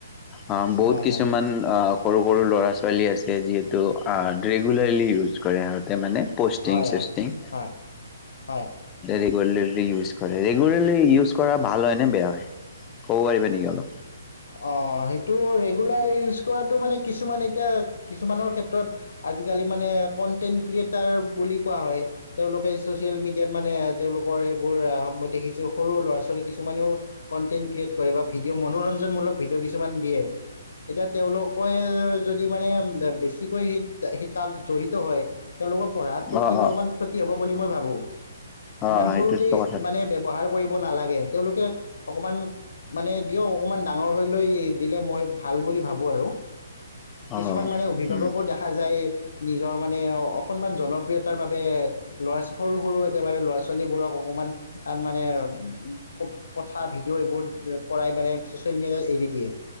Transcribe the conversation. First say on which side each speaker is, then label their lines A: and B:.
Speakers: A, on the left; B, on the left.
A: অ বহুত
B: হয়
A: কিছুমান
B: হয়
A: সৰু সৰু ল'ৰা ছোৱালী আছে যিহেতু ৰেগুলাৰলি ইউজ কৰে সিহঁতে মানে পষ্টিং
B: হয়
A: চষ্টিং
B: হয় হয়
A: ৰেগুলাৰলি ইউজ কৰে ৰেগুলাৰলী ইউচ ইউচ কৰা ভাল হয় নে বেয়া হয় ক'ব পাৰিবি নেকি অলপ
B: অঁ সেইটো ৰেগুলাৰলি ইউজ কৰাতটো মানে কিছুমান এতিয়া কিছুমানৰ ক্ষেত্ৰত আজিকালি মানে কন্টেণ্ট ক্ৰিয়েটাৰ বুলি কোৱা হয় তেওঁলোকে ছ'চিয়েল মিডিয়াত মানে তেওঁলোকৰ এইবোৰ মই দেখিছোঁ সৰু ল'ৰা ছোৱালী কিছুমানেও কণ্টেণ্ট ক্ৰিয়েট কৰে বা ভিডিঅ' মনোৰঞ্জন ভিডিঅ' কিছুমান দিয়ে এতিয়া তেওঁলোকে যদি মানে বেছিকৈ সেই তাত জড়িত হয় তেওঁলোকৰ পঢ়াটোত
A: অ
B: কিন্তু
A: অ
B: অকণমান ক্ষতি হ'ব বুলি মই ভাবো
A: অ
B: ইমান
A: সেইটোতো
B: সৰুতে
A: কথা
B: মানে
A: ঠিক
B: ব্যৱহাৰ কৰিব নালাগে তেওঁলোকে অকমান মানে দিয়ক অকণমান ডাঙৰ হৈ লৈ দিলে মই ভাল বুলি ভাবোঁ আৰু
A: অ
B: কিছুমান মানে অভিভাৱকো
A: উম
B: দেখা যায় নিজৰ মানে অকনমান জনপ্ৰিয়তাৰ বাবে ল'ৰা সৰু সৰু একেবাৰে ল'ৰা ছোৱালীবোৰক অকমান মানে উ কথা ভিডিঅ' এইবোৰ কৰাই মানে ছ'চিয়েল মিডিয়াত এৰি দিয়ে